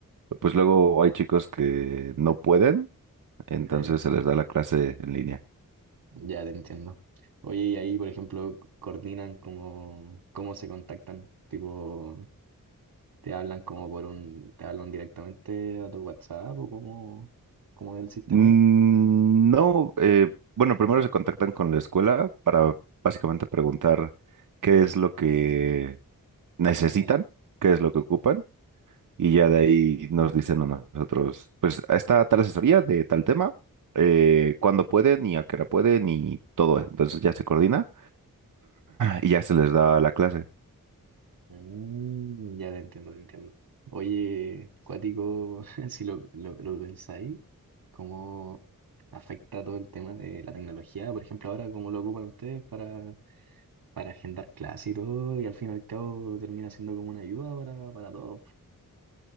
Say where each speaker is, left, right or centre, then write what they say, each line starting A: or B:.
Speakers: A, on the right; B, on the right.
A: pues luego hay chicos que no pueden, entonces
B: ya, ya.
A: se les da la clase en línea.
B: Ya te entiendo. Oye, y ahí, por ejemplo, coordinan cómo, cómo se contactan. Tipo, te hablan como por un, te hablan directamente a tu WhatsApp o cómo, cómo es el sistema
A: Mm,
B: ahí.
A: No, eh, bueno, primero se contactan con la escuela para básicamente preguntar qué es lo que necesitan,
B: Ah, ya.
A: qué es lo que ocupan, y ya de ahí nos dicen a nosotros, pues está tal asesoría de tal tema, eh, cuándo pueden y a qué hora pueden y todo eso. Entonces ya se coordina y ya se les da la clase.
B: Mm, ya te entiendo, te entiendo. Oye, cuático, <laughs> si lo, lo, lo pensáis, ¿cómo afecta todo el tema de la tecnología? Por ejemplo, ahora, ¿cómo lo ocupan ustedes para, para agendar clases y todo? Y al fin y al cabo termina siendo como una ayuda para, para todos.